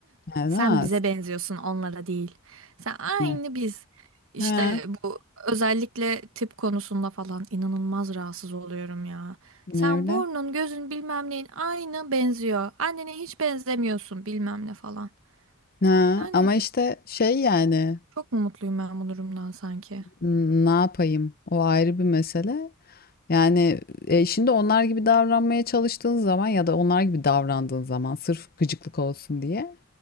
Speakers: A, on the left (about 45°); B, on the right (about 65°).
A: yani
B: Sen
A: az.
B: bize benziyorsun, onlara değil. Sen aynı
A: Ne?
B: biz. İşte
A: Ha,
B: bu özellikle tip konusunda falan inanılmaz rahatsız oluyorum ya.
A: ne
B: Sen
A: bile?
B: burnun, gözün bilmem neyin aynı benziyor. Annene hiç benzemiyorsun bilmem ne falan.
A: Ha,
B: Yani
A: ama işte şey yani
B: çok mu mutluyum ben bu durumdan sanki?
A: n- ne yapayım? O ayrı bir mesele. Yani e, şimdi onlar gibi davranmaya çalıştığın zaman ya da onlar gibi davrandığın zaman sırf gıcıklık olsun diye